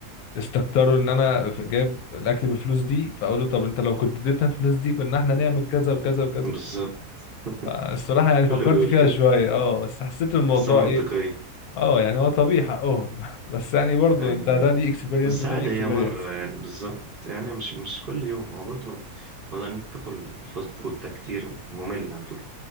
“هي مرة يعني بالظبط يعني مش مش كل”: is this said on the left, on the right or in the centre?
Right